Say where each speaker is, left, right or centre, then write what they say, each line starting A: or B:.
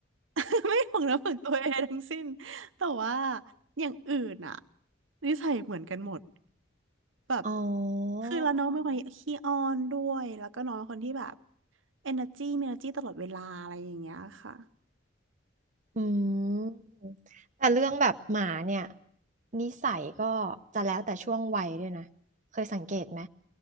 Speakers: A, on the right; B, on the right.
A: <laughs> ไม่ห่วงเนื้อห่วงตัวใดทั้งสิ้นแต่ว่าอย่างอื่นอะนิสัยเหมือนกันหมดแบบ
B: อ๋อ
A: คือแล้วน้องเป็นคนขี้อ้อนด้วยแล้วก็น้องเป็นคนที่แบบเอเนอร์จีมีเออร์จีตลอดเวลาอะไรอย่างเงี้ยค่ะ
B: อืมแต่เรื่องแบบหมาเนี่ยนิสัยก็จะแล้วแต่ช่วงวัยด้วยนะเคยสังเกตไหม